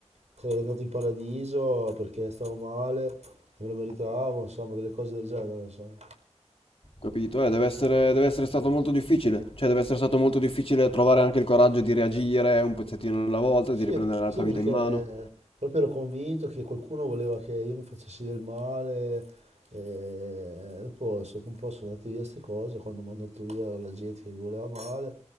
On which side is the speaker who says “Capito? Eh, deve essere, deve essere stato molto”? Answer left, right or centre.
Left